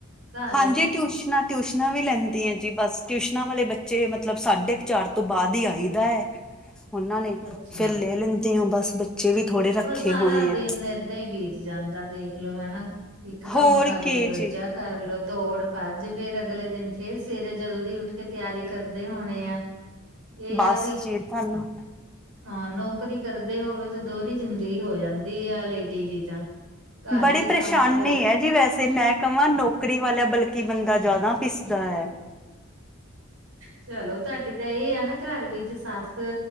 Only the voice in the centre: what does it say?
ਹਾਂਜੀ, ਟਿਊਸ਼ਨਾਂ ਟਿਊਸ਼ਨਾਂ ਵੀ ਲੈਂਦੀ ਹੈ ਜੀ, ਬਸ ਟਿਊਸ਼ਨਾਂ ਵਾਲੇ ਬੱਚੇ ਮਤਲਬ ਸਾਢੇ ਕੁ ਚਾਰ, ਤੋਂ ਬਾਅਦ ਹੀ ਆਈ ਦਾ ਐ
ਉਹਨਾਂ ਨੇ,
ਫੇਰ ਲੈ ਲੈਂਦੀਉ ਬਸ, ਬੱਚੇ ਵੀ ਥੋੜੇ ਰੱਖੇ
ਹੋਏ
ਆ
ਹੋਰ
ਕੀ
ਜੀ
ਬਸ
ਜੀ ਤੁਹਾਨੂੰ
ਬੜੀ
ਪਰੇਸ਼ਾਨੀ
ਹੈ ਜੀ ਵੈਸੇ ਮੈਂ ਕਹਾਂ ਨੌਕਰੀ ਵਾਲਾ ਬਲਕਿ ਕਿ ਬੰਦਾ ਜ਼ਿਆਦਾ ਪਿਸਦਾ ਹੈ।